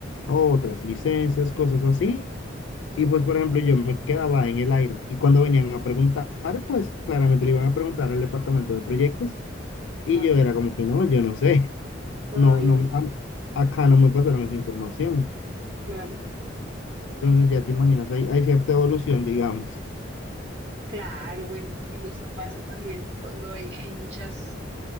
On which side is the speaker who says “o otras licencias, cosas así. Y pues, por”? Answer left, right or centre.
Left